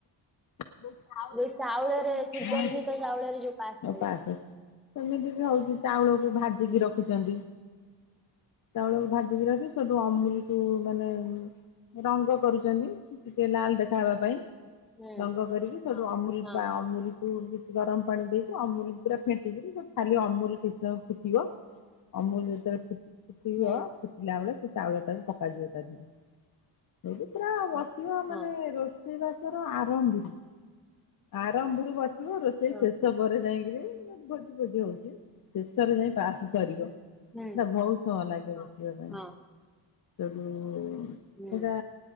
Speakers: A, on the left; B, in the centre.
A: ପାସେ
B: ଯୋଉ ଚାଉଳରେ
A: ସେମିତି
B: ସୁଗନ୍ଧିତ
A: ବି
B: ଚାଉଳରେ ଯୋଉ ପାସ୍ ଟା ହୁଏ।
A: ହଉଚି ଚାଉଳକୁ ଭାଜିକି
B: ହୁଁ
A: ରଖୁଚନ୍ତି। ଚାଉଳକୁ ଭାଜିକି ରଖି ସେଠୁ ଅମୁଲକୁୁ ମାନେ ରଙ୍ଗ କରୁଚନ୍ତି ଟିକେ ଲାଲ ଦେଖା ହେବା ପାଇଁ।
B: ହୁଁ
A: ରଙ୍ଗ କରିକି ସେଟୁ ଅମୁଲ
B: ହଁ
A: ପାଁ ଅମୁଲ କିଛି ଗରମ ପାଣି ଦେଇକି ଅମୁଲ ପୁରା ଫେଟିକିରି ଖାଲି ଅମୁଲ କିଛିସମୟ ଫୁଟିବ। ଅମୁଲ ଯେତେବେଳେ ଫୁ ଫୁଟିବ
B: ହୁଁ
A: ଫୁଟିଲା ବେଳେ ସେ ଚାଉଳ ଟାକୁ ପକାଯିବ ତା ଦିହରେ। ସେଇଠୁ ପୁରା ବସିବ
B: ହଁ
A: ମାନେ ରୋଷେଇ ବାସ ଆରମ୍ଭରୁ ଆରମ୍ଭରୁ ବସିବ ରୋଷେଇ
B: ହଁ
A: ଶେଷ ପରେ ଯାଇକିରି ଭୋଜି ଭୋଜି ହଉଛି ଶେଷରେ ଯାଇ ପାଆସ ସରିବ ସେଟା
B: ହୁଁ
A: ଭହୁତ ସମୟ ଲାଗେ ବସିବା ପାଇଁ
B: ହଁ
A: ସେଇଠୁ
B: ହୁଁ
A: ସେଟା